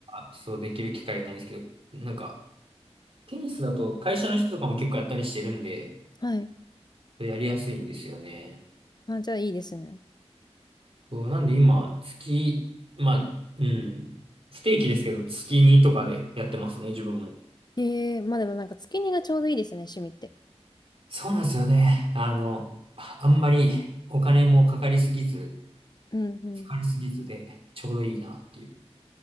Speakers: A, on the right; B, on the left.
A: か、そうできる機会ないんですけど、なんか、テニスだと会社の人とかも結構やったりしてるんで、
B: はい。
A: やりやすいんですよね。
B: あ、じゃあいいですね。
A: そう、なんで今、月、まあ、うん、不定期ですけど、月2とかでやってますね、自分も。
B: ええ、まあでもなんか月にがちょうどいいですよね、趣味って。
A: そうなんですよね。あの、あんまりお金もかかりすぎず、
B: うんうん。
A: 疲れすぎずで、ちょうどいいなっていう。